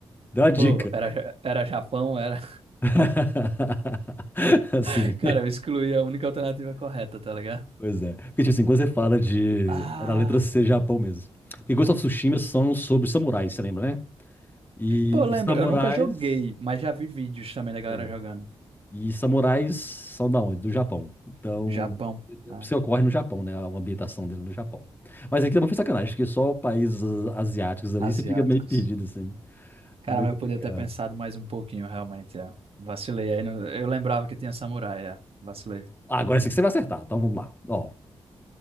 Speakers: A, on the left; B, on the right.
A: Deu a dica.
B: Pô, era, era Japão, era.
A: <laughs> Assim,
B: <laughs> Cara, eu excluí a única alternativa correta, tá ligado?
A: pois é. Porque, tipo assim, quando você fala de.
B: Ah.
A: Era a letra C, Japão mesmo. Porque Ghost of Tsushima são sobre samurais, você lembra, né? E,
B: Pô, eu lembro,
A: e samurais
B: eu nunca joguei, mas já vi vídeos também da galera
A: tem.
B: jogando.
A: E samurais são da onde? Do Japão. Então,
B: Japão, né?
A: se ocorre no Japão, né? A ambientação dele no Japão. Mas aqui também foi sacanagem, porque só países asiáticos ali
B: Asiáticos.
A: você fica meio perdido, assim.
B: Cara,
A: É meio
B: mas
A: complicado.
B: eu podia ter pensado mais um pouquinho, realmente, é. Vacilei. Aí no- eu lembrava que tinha samurai, é. Vacilei.
A: Ah, agora esse aqui você vai acertar, então vamos lá. Ó,